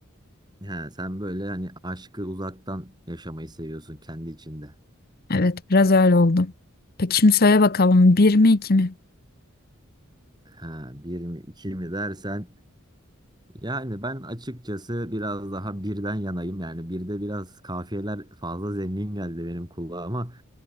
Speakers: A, on the right; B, on the left.
A: He, sen böyle hani aşkı uzaktan yaşamayı seviyorsun kendi içinde.
B: Evet biraz öyle oldu. Peki şimdi söyle bakalım bir mi iki mi?
A: Ha bir mi iki mi dersen yani ben açıkçası biraz daha birden yanayım. Yani birde biraz kafiyeler fazla zengin geldi benim kulağıma.